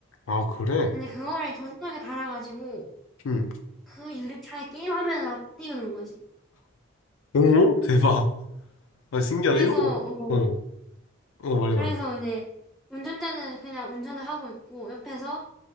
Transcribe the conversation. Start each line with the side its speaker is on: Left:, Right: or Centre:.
Left: 아, 그래?
Centre: 근데 그거를 조선하게 달아가지고
Left: 응.
Centre: 그 유리창에 게임 화면을 다 띄우는 거지.
Left: 오, 대박. 아, 신기하다.
Centre: 그래서,
Left: 이런 거.
Centre: 어,
Left: 어, 어, 말해,
Centre: 그래서
Left: 말해.
Centre: 이제 운전자는 그냥 운전을 하고 있고 옆에서